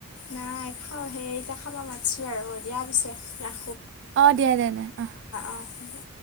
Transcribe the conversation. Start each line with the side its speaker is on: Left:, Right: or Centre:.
Left: নাই খাও হে, এতিয়া খাবা মাতিছি আৰু দিয়া পিছে ৰাখ
Right: অঁ দিয়া দিয়া-দিয়া, অহ।
Left: অঁ দিয়া